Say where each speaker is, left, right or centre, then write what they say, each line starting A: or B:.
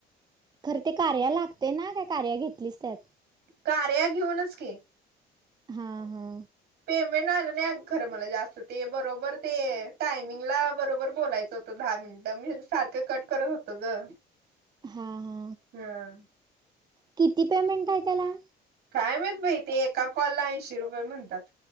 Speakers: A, on the right; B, on the right.
A: खर ते कार्या लागते ना काय कार्या घेतलीच त्यात
B: कार्या घेऊनच की
A: हा हा
B: वेगळे आले ते खरं तर जास्त ते बरोबर ते टायमिंगला बरोबर बोलायचं होतं दहा मिन म्ह मी सारखं कट करत होतो ग
A: हा हा
B: ह
A: किती पेमेंट आहे त्याला
B: कायमत बाई ते एका कॉल ला ऐंशी रुपये म्हणतात